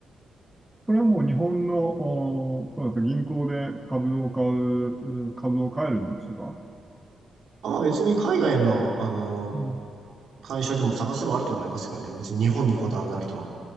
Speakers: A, in the centre; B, on the right.
A: これはもう日本の、おーそうですね、銀行で株を買う、う株を買えるんですが、
B: あ、まあ別に海外の、あの、
A: うん
B: 会社でも探せばあると思いますけどね。別に日本にこだわらなくても。